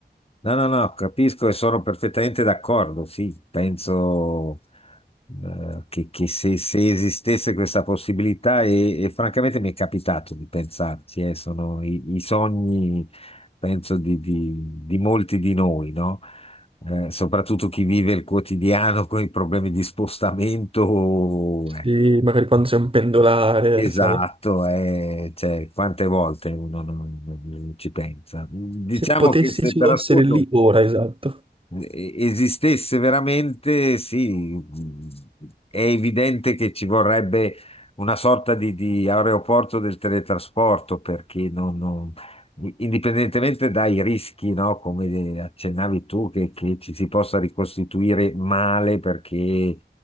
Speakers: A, on the left; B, on the right.
A: No, no, no, capisco e sono perfettamente d'accordo. Sì, penso eh, che, che se, se esistesse questa possibilità, e, e francamente mi è capitato di pensarci, eh, sono i, i sogni, penso, di, di- di molti di noi, no? Eh, soprattutto chi vive il quotidiano con i problemi di spostamento,
B: Sì,
A: eh,
B: magari quando sei un pendolare,
A: Esatto,
B: sai.
A: eh, cioè, quante volte uno non, non- non ci pensa. Diciamo
B: Se potessi
A: che se
B: solo
A: per assurdo
B: essere lì ora, esatto.
A: eh, esistesse veramente, sì, è evidente che ci vorrebbe una sorta di, di aeroporto del teletrasporto perché non, non- indipendentemente dai rischi, no, come accennavi tu, che, che ci si possa ricostituire male perché